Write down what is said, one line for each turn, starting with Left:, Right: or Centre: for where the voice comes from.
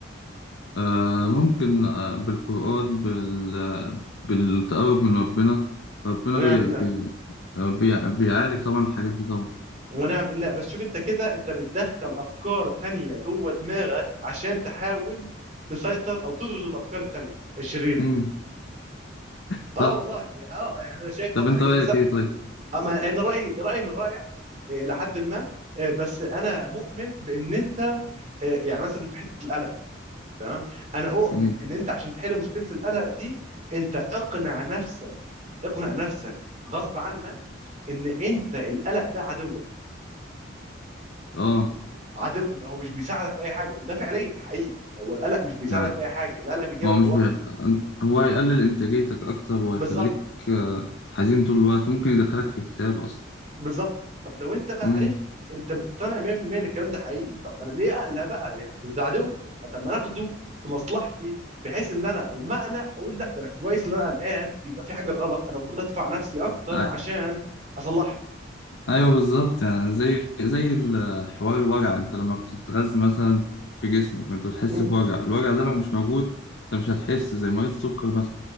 Left: آه ممكن آه بالقرآن بال بالتقرب من ربنا ربنا
Right: ونعم
Left: بي
Right: بالله
Left: بي آه، بي بيعالج طبعا الحاجات دي طبعا
Right: ونعم بالله بس شوف انت كده انت بتدخل افكار تانية جوه دماغك عشان تحاول تسيطر او تطرد الافكار التانية الشريرة
Left: امم صح
Right: اه والله اه يعني انا شايف
Left: طب
Right: اصلا
Left: انت
Right: انت
Left: رأيك
Right: بس
Left: ايه طيب
Right: اما انا رايي رايي من رايك آه، الى حد ما آه، بس انا مؤمن بان انت آه، يعني مثلا في حته القلق تمام انا اؤمن
Left: امم
Right: ان انت عشان تحل مشكله القلق دي انت اقنع نفسك اقنع نفسك غصب عنك ان انت القلق ده عدوك
Left: اه
Right: عدو هو مش بيساعدك في اي حاجه وده فعليا حقيقي هو القلق مش بيساعدك
Left: يعني
Right: في اي حاجه القلق بيجيبك
Left: ما هو مش
Right: لورا
Left: بي... هو يقلل إنتاجيتك أكتر هو
Right: بالظبط
Left: يخليك آه، حزين طول الوقت ممكن يدخلك في اكتئاب أصلا
Right: بالظبط طب لو انت بقى
Left: مم.
Right: عرفت انت مقتنع 100% ان الكلام ده حقيقي طب انا ليه اقلق بقى يعني ده ده عدوي طب ما انا اخده في مصلحتي بحيث ان انا لما اقلق اقول لا ده انا كويس ان انا قلقان يبقى في حاجه غلط انا المفروض ادفع نفسي اكتر
Left: أي-
Right: عشان اصلحها
Left: أيوه بالظبط يعني زي زي ال- حوار الوجع أنت لما بتتغذى مثلا في جسمك وأنت بتحس
Right: مم.
Left: بوجع الوجع ده لو مش موجود أنت مش هتحس زي مريض السكر مثلا